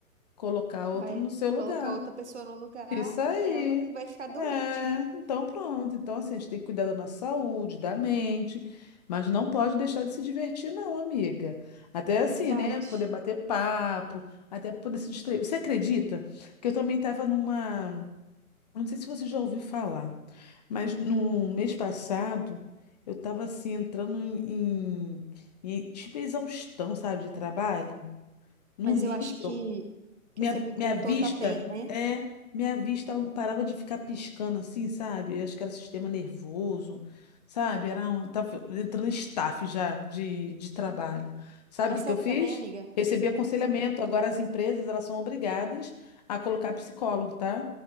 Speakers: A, on the left (about 30°); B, on the right (about 50°).
A: Colocar outro
B: Vai
A: no seu lugar.
B: colocar outra pessoa no lugar
A: Isso aí.
B: e ela que vai ficar doente,
A: É,
B: né?
A: então pronto. Então, assim, a gente tem que cuidar da nossa saúde, da mente, mas não pode deixar de se divertir, não, amiga. Até assim,
B: Verdade.
A: né? Poder bater papo, até poder se distrair. Você acredita que eu também estava numa. Não sei se você já ouviu falar, mas no mês passado eu estava assim entrando em, em- em, tipo exaustão, sabe, de trabalho, num
B: Mas
A: nível.
B: eu acho que, que
A: Minha,
B: você me contou
A: minha vista,
B: também, né?
A: é, minha vista ela não parava de ficar piscando assim, sabe? Eu acho que era sistema nervoso, sabe? Era um, tava entrando em staff já de, de trabalho. Sabe
B: Mas
A: o que que
B: sabe
A: eu fiz?
B: também, amiga?
A: Recebi aconselhamento. Agora as empresas elas são obrigadas a colocar psicólogo, tá?